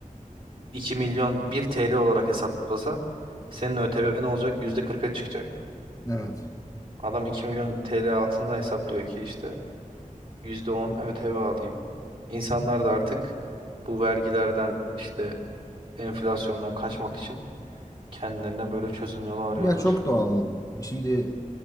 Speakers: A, on the right; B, on the left.
A: iki milyon 1 TL olarak hesaplasa senin ÖTV'n olacak yüzde kırk'a çıkacak.
B: evet.
A: Adam iki milyon TL altında hesaplıyor ki işte %10 ÖTV alayım. İnsanlar da artık bu vergilerden işte enflasyondan kaçmak için kendilerine böyle çözüm yolu arıyorlar.
B: Ya çok doğal. Şimdi